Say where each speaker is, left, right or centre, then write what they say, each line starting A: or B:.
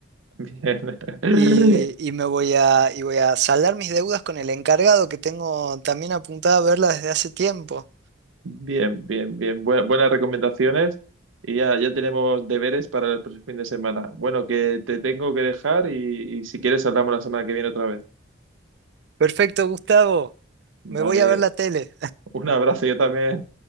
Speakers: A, on the right; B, on the right.
A: bien. <laughs>
B: Y, y me voy a, y voy a saldar mis deudas con el encargado que tengo también apuntada a verla desde hace tiempo.
A: Bien, bien, bien. Bue- buenas recomendaciones y ya, ya tenemos deberes para el próximo fin de semana. Bueno, que te tengo que dejar y, y si quieres hablamos la semana que viene otra vez.
B: Perfecto, Gustavo.
A: Vale,
B: Me voy a ver la tele.
A: un abrazo, yo también.